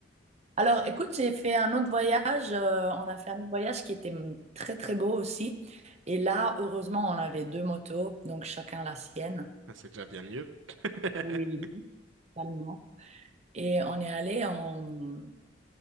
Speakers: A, on the right; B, on the right.
A: Alors, écoute, j'ai fait un autre voyage. euh, on a fait un autre voyage qui était hum, très, très beau aussi. Et là, heureusement, on avait deux motos, donc chacun la sienne.
B: Ah, C'est déjà bien mieux. <laughs>
A: Oui, totalement. Et on est allé en...